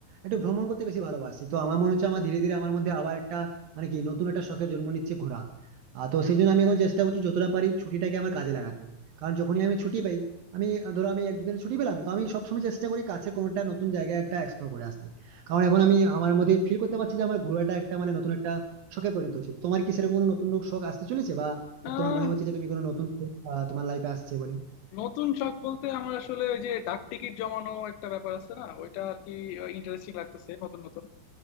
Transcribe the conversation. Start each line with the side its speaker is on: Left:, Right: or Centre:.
Right: একটু ভ্রমণ করতে বেশি ভালোবাসি তো আমার মনে হচ্ছে আমার ধীরে ধীরে আমার মধ্যে আবার একটা মানে কি নতুন একটা শখের জন্ম নিচ্ছে ঘোরা আর তো সেই জন্য আমি এখন চেষ্টা করছি যতটা পারি ছুটিটাকে আমার কাজে লাগাতে কারণ যখনই আমি ছুটি পাই আমি আহ, ধরো আমি এক দুদিন ছুটি পেলাম তো আমি সবসময় চেষ্টা করি কাছে কোনোটা নতুন জায়গায় একটা এক্সপ্লোর করে আসতে কারণ এখন আমি আমার মধ্যে ফিল করতে পারছি যে আমার ঘোরাটা একটা মানে নতুন একটা শখে পরিণত হচ্ছে তোমার কি সেরকম কোনো নতুন শখ আসতে চলেছে বা
Left: আহ
Right: তোমার মনে হচ্ছে যে তুমি কোনো নতুন শখ, আহ, তোমার লাইফে আসছে বলে
Left: নতুন শখ বলতে আমার আসলে ওই যে ডাক টিকিট জমানো একটা ব্যাপার আছে না ওইটা আর কি ইন্টারেস্টিং লাগতেছে নতুন নতুন